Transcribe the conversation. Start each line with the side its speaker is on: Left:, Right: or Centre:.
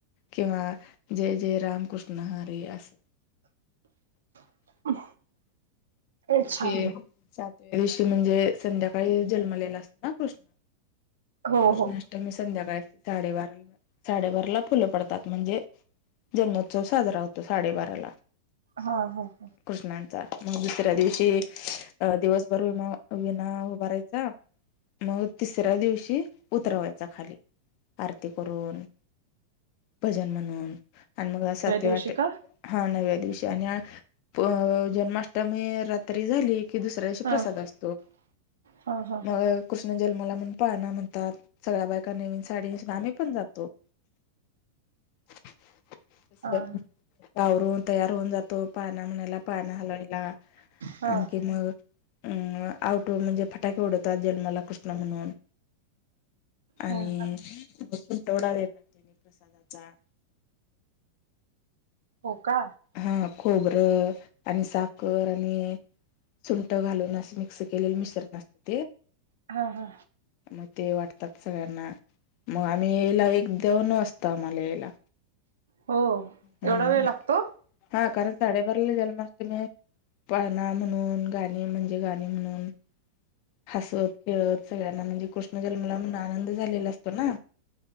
Left: किंवा जय जय रामकृष्ण हरी असं.
Right: <unintelligible> छान.
Left: ते सातव्या दिवशी म्हणजे संध्याकाळी जन्मलेला असतो ना कृष्ण
Right: हो,
Left: कृष्णा
Right: हो.
Left: टल मी संध्याकाळी साडेबारा साडेबारा ला फुलं पडतात म्हणजे जन्मोत्सव साजरा होतो साडेबारा ला
Right: हा हो हो.
Left: कृष्णांचा मग दुसऱ्या दिवशी अ दिवसभर विमा विना उभारायचा मग तिसऱ्या दिवशी उतरवायचा खाली आरती करून भजन म्हणून आणि मग सातवी
Right: दिवशी
Left: आठ
Right: का?
Left: हा नव्या दिवशी आणि अ पू जन्माष् टमी रात्री झाली की दुसऱ्याशी
Right: हां.
Left: प्रसाद असतो
Right: हां, हां.
Left: मग कृष्ण जन्माला म्हणून पाळणा म्हणतात सगळ्या बायका नवीन साडी नेसून आम्ही पण जातो <unintelligible>
Right: हां, हां.
Left: आवरून तयार होऊन जातो पाळणा म्हणायला पाण्या हलवायला
Right: हां.
Left: आणखी म अम् आऊटो म्हणजे फटाके उढतात जन्माला कृष् तना म्हणून आणि
Right: हां, हां.
Left: <inaudible> तेवढा देतात त्यांने प्रसादाचा
Right: हो का?
Left: हा खोबरं आणि साखर आणि सुंट घालून अस मिक्स केलेलं मिश्रण असतं.
Right: हा हा.
Left: म ते वाटतात सगळ्यांना मग आम्ही यायला एक-दोन वाजतोआम्हाला यायला.
Right: हो
Left: हम्म
Right: एवढा वेळ लागतो?
Left: हा कारण साडेबारला जन्माष्टमी आहे पाळणा म्हणून गाणे म्हणजे गाणे म्हणून हसत, खेळत सगळ्यांना म्हणजे कृष्ण जन्मला म्हणून आनंद झालेला असतो ना